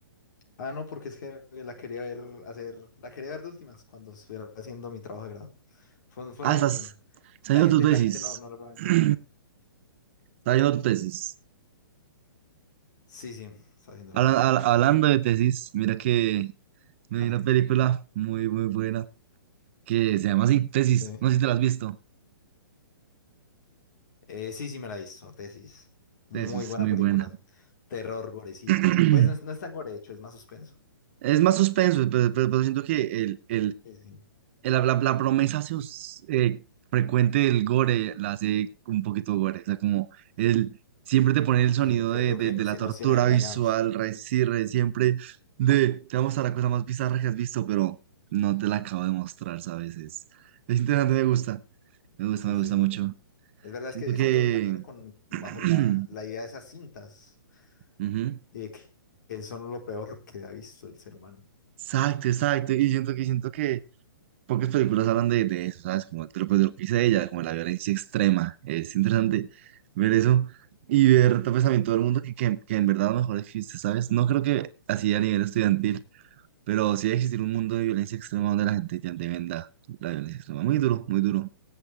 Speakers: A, on the left; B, on the right.
A: Ah, no, porque es que la quería ver hacer, la quería ver de últimas cuando estuviera haciendo mi trabajo de grado. Fue, un- fue
B: Ah,
A: una decisión.
B: estás, estás haciendo
A: La gente,
B: tu tesis.
A: la gente no, no logra entender.
B: <clears throat> Estás haciendo tu tesis.
A: Sí, sí, está haciendo
B: Habla-
A: la tesis.
B: habla- hablando de tesis, mira que me
A: <laughs>
B: vi una película muy, muy buena que se llama así, Tesis.
A: Sí.
B: No sé si te la has visto.
A: Eh, sí, sí me la he visto, Tesis. Muy
B: Tesis,
A: buena
B: muy
A: película.
B: buena.
A: Terror, gorecito.
B: <clears throat>
A: Pues no, es no es tan gore, de hecho, es más suspenso.
B: Es más suspenso, pero, pero- pero siento que el, el,
A: Sí, sí.
B: el- la, la- la promesa sus- eh, frecuente del gore la hace un poquito gore. O sea, como el, siempre te pone el
A: Ok,
B: sonido
A: ok,
B: de,
A: ok,
B: de,
A: nos,
B: de la
A: tie-
B: tortura
A: nos tiene engañados.
B: visual, re, sí, re, siempre de te vamos a mostrar la cosa más bizarra que has visto, pero no te la acabo de mostrar, ¿sabes? Es, es interesante, me gusta. Me gusta,
A: Sí,
B: me gusta
A: sí, es
B: mucho.
A: verdad. Es verdad, es
B: Siento
A: que, es
B: que.
A: que todo se mantiene con,
B: <clears throat>
A: bajo la, la idea de esas cintas
B: Ujú.
A: y de que, que son lo peor que ha visto el ser humano.
B: Exacto, exacto. Y siento que siento que pocas películas hablan de, de eso, ¿sabes? Como de lo, pues, de lo que dice ella, como de la violencia extrema. Es interesante ver eso y ver tal vez también todo el mundo que, que, que en verdad a lo mejor existe, ¿sabes? No creo que así a nivel estudiantil, pero sí debe existir un mundo de violencia extrema donde la gente ya te venda la violencia extrema. Muy duro, muy duro.